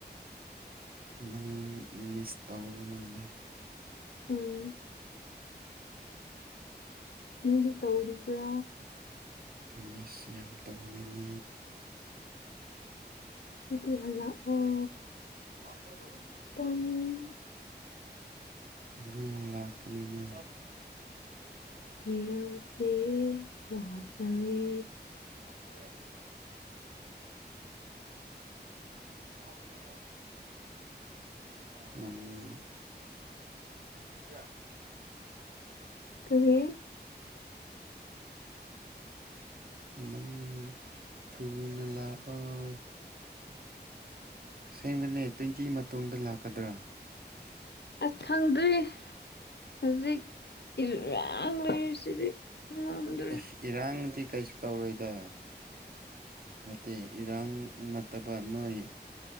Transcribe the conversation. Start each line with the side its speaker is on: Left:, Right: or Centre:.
Right: ꯅꯪ ꯃꯤꯁ ꯇꯧꯕ ꯃꯥꯜꯂꯦ
Left: ꯎꯝ ꯅꯪꯗꯤ ꯇꯧꯔꯤꯕ꯭ꯔꯥ
Right: ꯃꯤꯁ ꯌꯥꯝ ꯇꯧꯋꯤꯅꯦ
Left: ꯑꯗꯨꯗꯤ ꯍꯜꯂꯛꯑꯣ
Right: ꯌꯥꯣ <unintelligible>
Left: ꯇꯥꯅꯤꯡ
Right: ꯅꯪ ꯂꯥꯛꯀꯅꯤꯅ
Left: ꯏꯔꯥꯜꯁꯦ ꯌꯥꯖꯔꯦ
Right: ꯑꯁꯦ ꯍꯧꯁꯦ <unintelligible> ꯎꯝ <unintelligible>
Left: ꯀꯔꯤ
Right: ꯅꯪ ꯊꯨꯅ ꯂꯥꯛꯑꯣ ꯑꯁꯦꯡꯕꯅꯦ ꯇ꯭ꯋꯦꯟꯇꯤ ꯃꯇꯨꯡꯗ ꯂꯥꯛꯀꯗ꯭ꯔꯥ
Left: ꯑꯁ ꯈꯪꯗ꯭ꯔꯧ ꯍꯧꯖꯤꯛ ꯏꯔꯥꯡ ꯂꯩꯔꯤꯁꯤꯗꯤ ꯉꯝꯗ꯭ꯔꯦ
Right: ꯑꯁ ꯏꯔꯥꯡꯗꯤ ꯀꯩꯁꯨ ꯇꯧꯔꯣꯏꯗ ꯅꯠꯇꯦ ꯏꯔꯥꯡ ꯅꯠꯇꯕ ꯅꯣꯏ